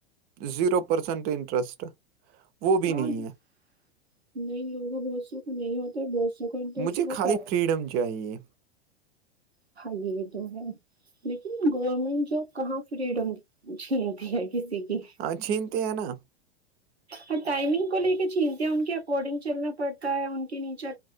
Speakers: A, on the right; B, on the right.
A: زیرو پرسینٹ انٹرسٹ وہ بھی
B: ہاں
A: نہیں
B: نہیں
A: ہے
B: ہوگا بہت سکھ نہیں ہوتا بہت سکھ انٹرسٹ
A: مجھے
B: ہوتا
A: خالی
B: ہے
A: فریڈم چاہیے
B: بھائی یہ یہ تو ہے لیکن گورنمنٹ جاب کہاں فریڈم چھینتی ہے کسی کی
A: ہاں چھینتے ہیں نا
B: ہاں ٹائمنگ کو لے کے چھیلتے ہیں ان کے اکارڈنگ چلنا پڑتا ہے ان کے نیچا